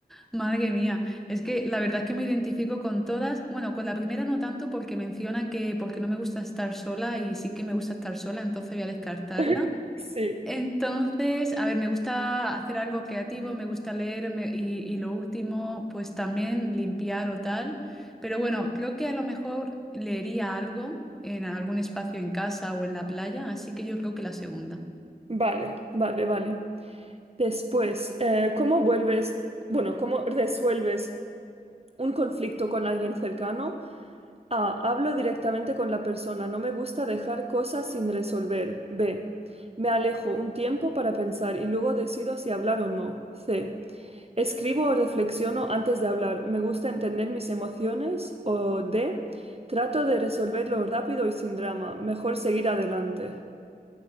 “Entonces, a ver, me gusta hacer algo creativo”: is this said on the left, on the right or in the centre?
Centre